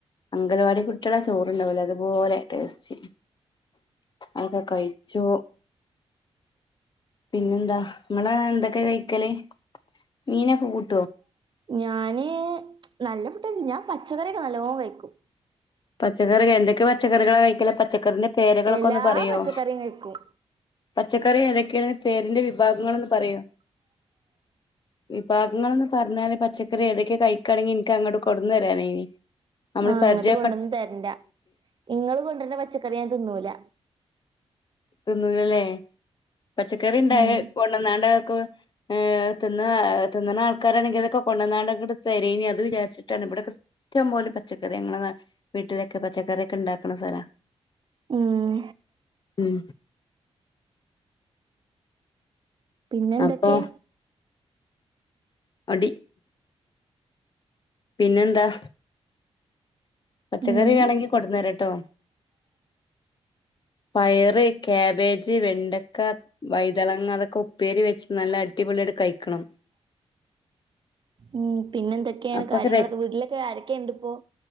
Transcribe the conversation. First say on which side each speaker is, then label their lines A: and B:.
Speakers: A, on the left; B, on the right.
A: അംഗനവാടി കുട്ടികള ചോറണ്ടാവലെ അതുപോലെ ടേസ്റ്റ് അതൊക്കെ കഴിച്ചു പിന്നെന്താ നമ്മള എന്തൊക്കെ കഴിക്കല് മീനൊക്കെ കൂട്ടുവോ
B: ഞാന് നല്ല ഫുഡ് ഞാൻ പച്ചക്കറിയക്കെ നല്ലോ കഴിക്കും
A: പച്ചക്കറികൾ എന്തൊക്കെ പച്ചക്കറികള കഴിക്കല് പച്ചക്കറിന്റെ പേരുകളൊക്കെ
B: എല്ലാ
A: ഒന്ന് പറയോ
B: പച്ചക്കറിയും കഴിക്കും
A: പച്ചക്കറി എതൊക്കെയ പേരിന്റെ വിഭാഗങ്ങളൾന്ന് പറയോ വിഭാഗങ്ങളൾന്ന് പറഞ്ഞാല് പച്ചക്കറി ഏതൊക്കെ കഴിക്കുകണെങ്കിൽ എനിക്ക് അങ്ങോട്ട് കോട്‌നരാനയിന് നമ്മള്
B: ആഹ്
A: പർജ-
B: ഇങ്ങട്ട് കൊണ്ടന്ന് തരണ്ട ഇങ്ങൾ കൊണ്ടർന പച്ചക്കറി ഞാൻ തിന്നൂല
A: തിന്നൂലല്ലെ പച്ചക്കറി ഇണ്ടായ
B: ഉം
A: കൊണ്ടന്നാണ്ടാക്കൊ ഏർ തിന്ന തിന്നണ ആൾക്കാരാണെങ്കിൽക്കൊ കൊണ്ടുന്നാട അങ്ങട് തരയിന് അത് വിചാരിച്ചിട്ടാണ് ഇവിടെക്കെ ഇഷ്ടം പോലും പച്ചക്കറി നാട്ട് വീട്ടിലൊക്കെ പച്ചക്കറൊക്കെ ഉണ്ടാക്കുന്ന സ്ഥലാ
B: ഉം
A: ഉം
B: പിന്നെന്തൊക്കെ
A: അപ്പൊ അടി പിന്നെന്താ പച്ചക്കറി
B: ഉം
A: വേണെങ്കിൽ കൊടുന്നരാട്ടോ പയറ് കാബേജ് വെണ്ടക്ക വൈതളങ്ങ അതൊക്കെ ഉപ്പേരി വെച്ചിട്ട് നല്ല അടിപൊളിയാട്ട് കഴിക്കണം
B: ഉം പിന്നെ എന്തൊക്കെയാണ്
A: അപ്പൊക്കെ
B: കാര്യങ്ങളൊക്കെ
A: ര
B: വീട്ടിലൊക്കെ ആരൊക്കെയുണ്ട് ഇപ്പോ?